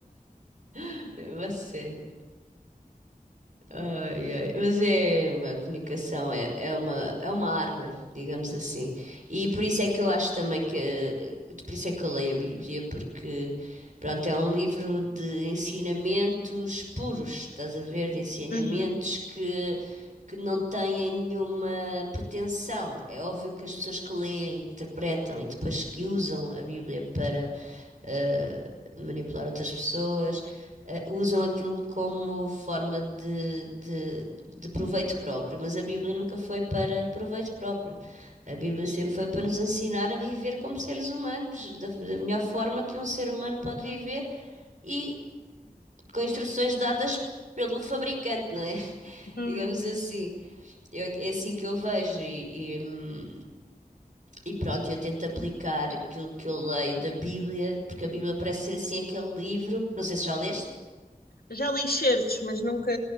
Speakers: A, on the right; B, on the left.
A: <laughs> É uma sério. Ai, ai. Mas é uma comunicação, é, é uma, é uma arma, digamos assim. E por isso é que eu acho também que, eh, por isso é que eu leio a Bíblia, porque, pronto, é um livro de ensinamentos puros, estás a ver, de ensinamentos
B: Uhum.
A: que, que não têm nenhuma pretensão. É óbvio que as pessoas que leem, interpretam e depois que usam a Bíblia para eh, manipular outras pessoas, eh, usam aquilo como forma de, de, de proveito próprio, mas a Bíblia nunca foi para proveito próprio. A Bíblia sempre foi para nos ensinar a viver como seres humanos, da, da melhor forma que um ser humano pode viver e com instruções dadas pelo fabricante, não é? <laughs>
B: Hum,
A: Digamos assim. Eu- é assim que eu vejo e, e, hum, e pronto, eu tento aplicar aquilo que eu leio da Bíblia, porque a Bíblia parece ser assim aquele livro, não sei se já leste,
B: Já li certos, mas nunca,